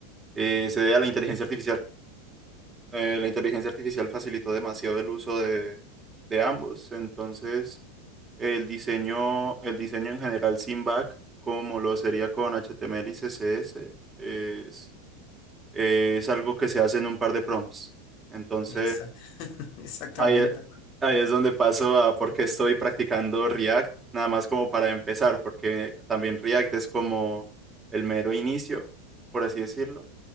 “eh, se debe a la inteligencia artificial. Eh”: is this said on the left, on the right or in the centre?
Right